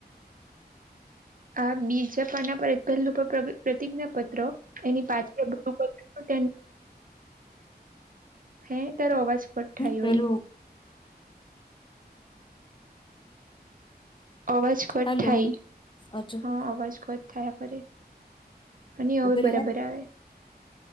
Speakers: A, on the right; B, on the left.
A: આ બીજા પાના પર પહેલું પ્રતિજ્ઞા પત્ર? એની પાછળ બ <unintelligible> હે તારો અવાજ કટ થયો
B: પેલું
A: ઈ. અવાજ કટ
B: હલો
A: થાય
B: હજુ
A: હા
B: ઓકે
A: અવાજ કટ થયા કરે. અને હવે
B: ઉભી
A: બરાબર આવે.